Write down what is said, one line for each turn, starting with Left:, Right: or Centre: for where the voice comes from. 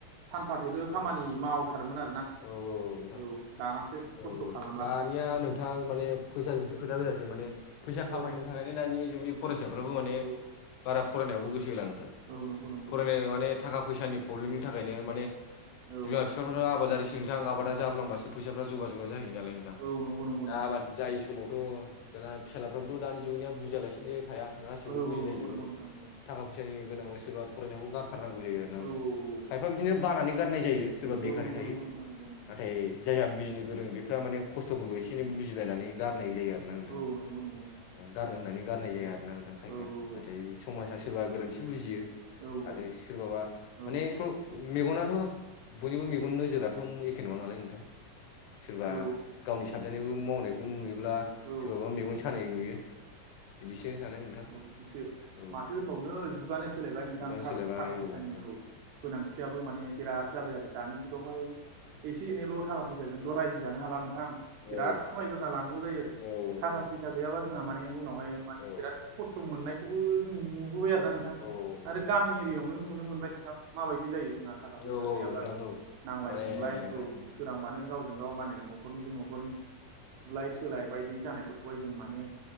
Right: सानफाथोलो खामानि मावथारोमोन आरोना
Left: औ औ नोंथां
Right: औ। दानासो खस्थ'
Left: औ औ
Right: खालामला
Left: दानिया नोंथां माने फैसाजोंसो खोथा गोजासै माने फैसा खामायनो
Right: औ
Left: थाखायनो दानि जुगनि फरायसाफ्राबो माने
Right: औ
Left: बारा फरायनायावबो गोसो होला नोंथां।
Right: औ नंगौ नंगौ
Left: फरायनो माने थाखा फैसानि प्रब्लेमनि थाखायनो माने बिमा
Right: औ
Left: बिफाफ्रा आबादारिसो नोंथां आबादा जाफ्लांबासो फैसाफ्रा जोबा जोबा जाहोयो। दालाय नोंथां
Right: औ नंगौ नंगौ
Left: दा
Right: नंगौ
Left: आबाद
Right: नोंथां
Left: जायि समावनो थ' दाना फिसालाफ्राबोथ' दानि जुगनिया बुजिया लासिनो थाया। गासिबो
Right: औ
Left: बुजिलायजोबो
Right: नंगौ नंगौ नोंथां नंगौ
Left: थाखा फैसानि गोनाङाव सोरबा फरायनायखौ गारो थारनांगौ जायो आरो ना
Right: औ
Left: नोंथां
Right: औ
Left: खायफा बिदिनो बानानै गारनाय जायो सोरबा
Right: औ
Left: बेखारै
Right: नंगौ
Left: थायो
Right: नंगौ नोंथां नंगौ नंगौ
Left: नाथाय जायहा बुजिनो गोरों बेफ्रा माने खस्थ'फोरखौ एसे एनै बुजिलायनानै गारनाय जायो आरो। ना नोंथां
Right: औ नंगौ नंगौ नोंथां
Left: गारनो होननानै गारनाय जाया आरोना नोंथां खायफाया
Right: औ औ
Left: नाथाय समाजा सोरबा गोरोन्थि सो बुजियो।
Right: औ औ
Left: आरो सोरबाबा माने
Right: औ
Left: स मेगनाथ' बयनिबो मेगन नोजोराथ' एखे नङा नालाय नोंथां। सोरबा
Right: औ
Left: गावनि साबजानायखौ मावनायखौ नुयोब्ला
Right: औ
Left: सोरबाबा मेगन सानाय नुयो। बिदिसो नालाय नोंथां।
Right: सैथो
Left: औ
Right: माथो होनबावनो जुगानो सोलायबाय नोंथां
Left: जुगानो
Right: थार
Left: सोलायबाय
Right: थाखा फैसानि
Left: औ नोंथां
Right: जुगा गोनांथियाबो माने बिराद जाबाय आरो दानि जुगावहाय एसे एनैल' थाखो फैसाजोंथ' रायजो जानो हाला नोंथां बिराद
Left: औ
Right: खामायग्रोना लानांगौ जायो आरो
Left: औ नोंथां
Right: थाखा
Left: औ
Right: फैसा गैयाबा। जोंहा माने उनावहाय माने
Left: औ
Right: बिराद खस्थ' मोननायखौबो जों नुबोबाय आरोना नोंथां।
Left: औ औ नोंथां
Right: आरो गामि एरियावनो नुनो मोनबाय नोंथां। माबायदि जायो जोंहा थाखा फैसा
Left: औ
Right: गैयाबा
Left: औ नोंथां औ
Right: नांलाय
Left: माने
Right: खमलाय
Left: नोंथां
Right: औ सोरांबानो गाव जों गाव मा होनो नखरनिजों नखरनि बुलाय सोलाय बायदि जानायफोरखौहाय जों माने